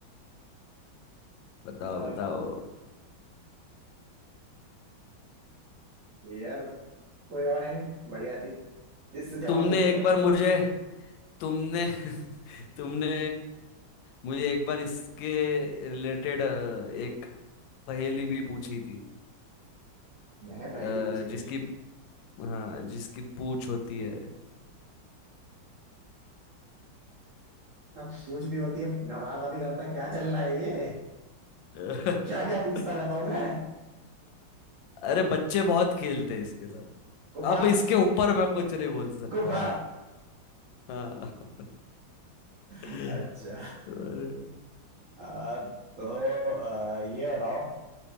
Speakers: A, on the left; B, on the right.
A: बताओ
B: अ,
A: बताओ
B: यार कोई और है बढ़िया सी जिससे जवाब
A: तुमने
B: भी क्लियर
A: एक
B: हो
A: बार
B: जाए
A: मुझे तुमने <laughs> तुमने मुझे एक बार इसके रिलेटेड एक पहेली भी पूछी थी
B: मैंने पहली
A: अ,
B: पूछी
A: जिसकी
B: थी
A: हाँ जिसकी पूछ होती है
B: हाँ, पूछ भी होती है धमाका भी करता है क्या चल रहा है ये
A: <laughs>
B: क्या क्या पूछता रहता हूँ मैं
A: अरे बच्चे बहुत खेलते हैं इसके साथ
B: गुब्बारा
A: अब इसके ऊपर मैं कुछ नहीं बोल सकता
B: गुब्बारा
A: हाँ हाँ <laughs>
B: अच्छा
A: अरे
B: आ, तो आ, ये बताओ